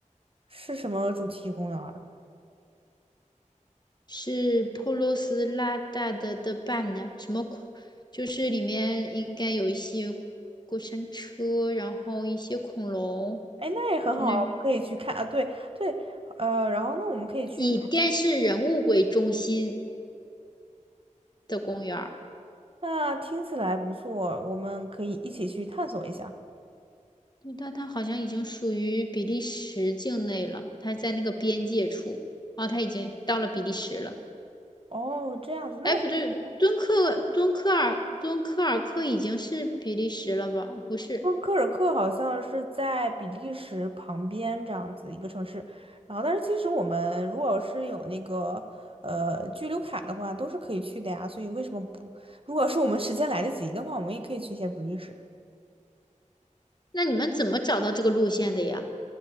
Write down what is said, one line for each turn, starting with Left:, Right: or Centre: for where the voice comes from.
Right: 是什么主题公园儿？
Left: 是普罗斯拉大的的伴娘，什么恐，就是里面应该有一些过山车，然后一些恐龙，
Right: 哎，那也很好啊，
Left: 就那
Right: 我们可以去看啊，对对，呃，然后那我们可以去。
Left: 以电视人物为中心的公园。
Right: 那听起来不错，我们可以一起去探索一下。
Left: 对，但它好像已经属于比利时境内了，它在那个边界处。哦，它已经到了比利时了。
Right: 哦，这样子，那
Left: 哎，
Right: <laughs>
Left: 不对，敦刻敦刻尔敦刻尔克已经是比利时了吧？不是，
Right: 说科尔克好像是在比利时旁边这样子一个城市，然后但是其实我们如果是有那个呃居留卡的话，都是可以去的呀。所以为什么不？如果是我们时间来得及的话，我们也可以去一些比利时。
Left: 那你们怎么找到这个路线的呀？